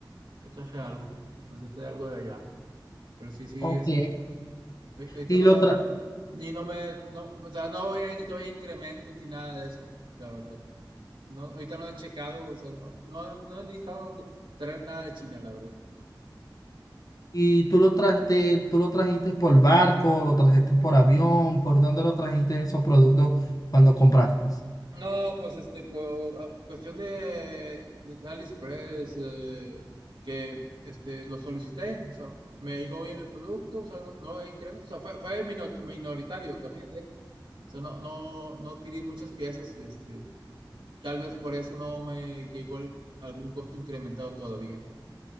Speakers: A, on the right; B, on the left.
A: Yo traje algo, mandé algo de allá. Pero sí, sí,
B: Ok.
A: este. ahor- Ahorita
B: Y
A: no
B: lo
A: me.
B: tra-
A: Ni no me. No, o sea, no voy a in- todavía incrementos ni nada de eso, la verdad. No, ahorita no he checado, o sea, no, no, no he necesitado traer nada de China, la verdad.
B: y tú lo trajiste, tú lo trajiste por barco, lo trajiste por avión, ¿por dónde lo trajiste esos productos cuando compraste?
A: No, pues este, pues, a- cuestión de, de AliExpress, eh, que este, lo solicité, o sea, me llegó bien el producto, o sea, no, no hay incremento, o sea, fue, fue minor- minoritario también, de hecho. O sea, no, no, no adquirí muchas piezas, este. Tal vez por eso no me llegó el- algún costo incrementado todavía.